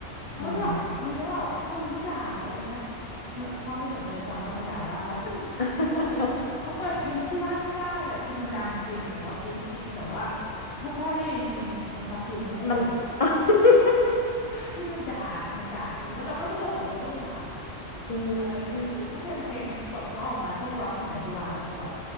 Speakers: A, on the left; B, on the left.
A: เขาก็จะแบบเฮ้ยแล้วแบบพ่ออยู่ไม่ด่าเลยอะไรเงี้ย
B: อืม
A: เฮ้ยพ่อไม่สนใจฟังว่ามันด่าว่าอะไร
B: <laughs>
A: <laughs> คือบอกเฮ้ยเขาเปิดเพลงนี้ที่บ้านไม่ได้แหละคือมันดังจริงแต่ว่าฮิตจริงแต่ว่าถ้าพ่อได้ยินคือมันมันฟักอยู่ทั้งเพลงอะค่ะ
B: มัน <laughs>
A: คือมันด่าค่ะมันด่าจริงแล้วเราก็สนุกอ่ะวัยรุ่นนะคะ
B: อื
A: เอออะไรอย่างเงี้ยคือถ้าเพลงเพลงแบบน้องออกมาพวกร็อกสมัยโบราณมันจะแบบ
B: ม